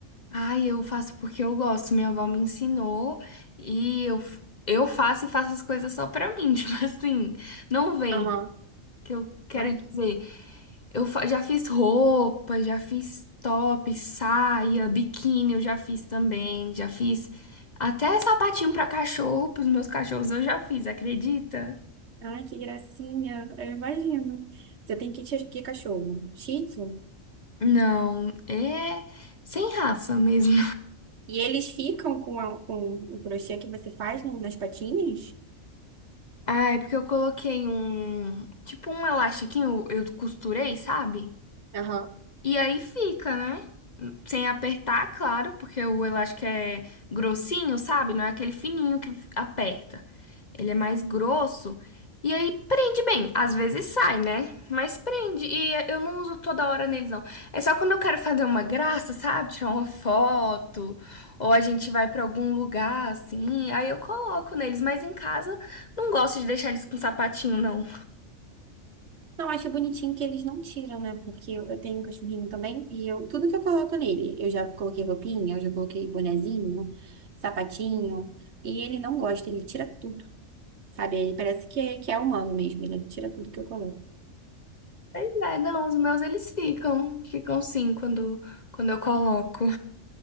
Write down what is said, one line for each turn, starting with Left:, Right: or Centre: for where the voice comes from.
Left: Ai, eu faço porque eu gosto. Minha avó me ensinou e eu, eu faço e faço as coisas só pra mim. <laughs> Tipo assim, não vem,
Right: Aham.
Left: que eu quero
Right: Ai,
Left: dizer.
Right: que,
Left: Eu fa- já fiz roupa, já fiz top, saia, biquíni, eu já fiz também. Já fiz até sapatinho pra cachorro, pros meus cachorros eu já fiz, acredita?
Right: ai, que gracinha. Eu imagino. Você tem que, que cachorro? Shih Tzu?
Left: Não, é sem raça mesmo.
Right: E eles ficam com, a- com o crochê que você faz no- nas patinhas?
Left: Ah, é porque eu coloquei um. Tipo um elastiquinho, eu costurei, sabe?
Right: Aham.
Left: E aí fica, né? Sem apertar, claro, porque o elástico é grossinho, sabe? Não é aquele fininho que aperta. Ele é mais grosso. E aí prende bem. Às vezes sai, né? Mas prende. E eu não uso toda hora neles, não. É só quando eu quero fazer uma graça, sabe? Tirar uma foto. Ou a gente vai pra algum lugar, assim. Aí eu coloco neles. Mas em casa, não gosto de deixar eles com sapatinho, não.
Right: Não, acho bonitinho que eles não tiram, né? Porque eu, eu tenho um cachorrinho também e eu, tudo que eu coloco nele, eu já coloquei roupinha, eu já coloquei bonezinho, sapatinho, e ele não gosta, ele tira tudo. Sabe? Ele parece que é, que é humano mesmo, ele tira tudo que eu coloco.
Left: Pois é, não, os meus eles ficam, ficam sim quando, quando eu coloco.